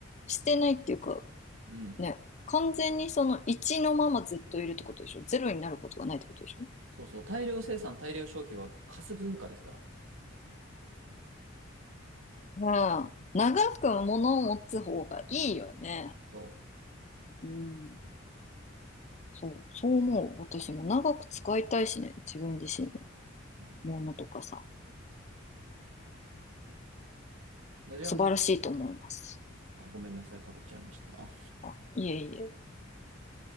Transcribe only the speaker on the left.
してないっていうか、
ね、完全にその1のままずっといるってことでしょ。ゼロになることがないってことでしょ。
うん。長く物を持つ方がいいよね。
うん。そう、そう思う。私も長く使いたいしね、
自分自身も。
物とかさ、
素晴らしいと思います。
あ、いえいえ。